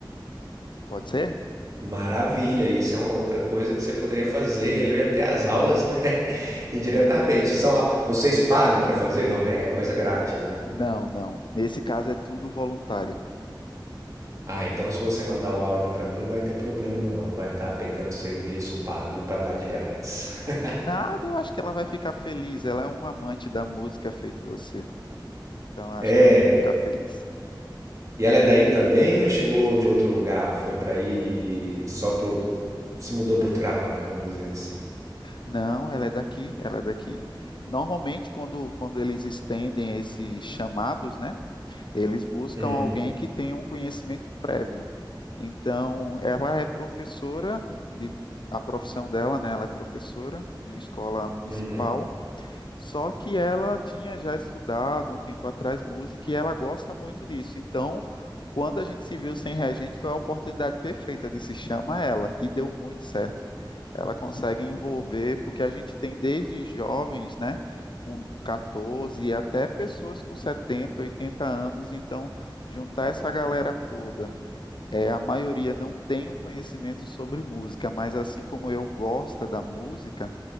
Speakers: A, on the left; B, on the right.
A: Pode ser?
B: maravilha! Isso é uma outra coisa que você poderia fazer e aí eu ia ter as aulas, né? <laughs> Indiretamente. São, au- vocês pagam para fazer? Não, né? É uma coisa grátis, né?
A: Não, não. Nesse caso é tudo voluntário.
B: Ah, então se você mandar o áudio para mim não vai ter problema, não. Não vai estar pegando serviço pago para dar de grátis. <laughs>
A: Nada, eu acho que ela vai ficar feliz. Ela é um amante da música feito você. Então eu acho
B: É.
A: que ela vai ficar feliz.
B: E ela é daí também ou chegou de outro lugar? Foi pra aí só pro. Se mudou pro trabalho, vamos dizer assim.
A: Não, ela é daqui, ela é daqui. Normalmente, quando, quando eles estendem esses chamados, né, eles buscam
B: Hum,
A: alguém que tenha um conhecimento prévio. Então, ela é professora de a profissão dela, né? Ela é professora em uma escola municipal
B: uhum,
A: Só que ela tinha já estudado um tempo atrás música e ela gosta muito disso. Então, quando a gente se viu sem reagente, foi a oportunidade perfeita de se chama ela e deu muito certo. Ela consegue envolver, porque a gente tem desde jovens, né, com 14 até pessoas com 70, 80 anos, então juntar essa galera toda. É, a maioria não tem um conhecimento sobre música, mas assim como eu gosta da música,